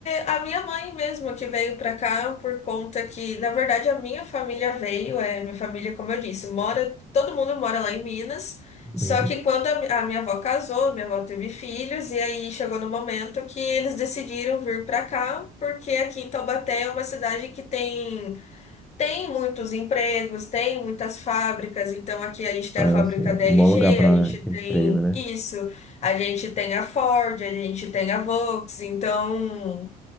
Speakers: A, on the left; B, in the centre.
A: a minha mãe mesmo que veio pra cá por conta que, na verdade, a minha família veio, é, minha família, como eu disse, mora, todo mundo mora lá em Minas.
B: Uhum.
A: Só que quando a, mi- a minha avó casou, minha avó teve filhos, e aí chegou no momento que eles decidiram vir pra cá, porque aqui em Taubaté é uma cidade que tem tem muitos empregos, tem muitas fábricas, então aqui a gente tem
B: Ah,
A: a fábrica
B: Assim,
A: da
B: um
A: LG,
B: bom lugar para
A: a gente tem
B: emprego, né?
A: isso, a gente tem a Ford, a gente tem a Volks, então,